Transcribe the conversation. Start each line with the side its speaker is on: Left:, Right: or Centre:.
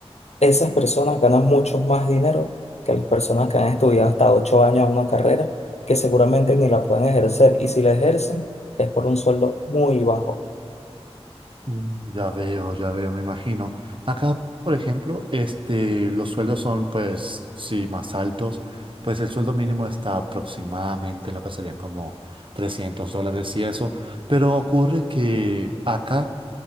Left: esas personas ganan mucho más dinero que las personas que han estudiado hasta ocho años una carrera que seguramente ni la pueden ejercer. Y si la ejercen, es por un sueldo muy bajo.
Right: Mm, Ya veo, ya veo, me imagino. Acá, por ejemplo, este, los sueldos son, pues, sí, más altos. Pues el sueldo mínimo está aproximadamente en lo que serían como 300 dólares y eso. Pero ocurre que acá,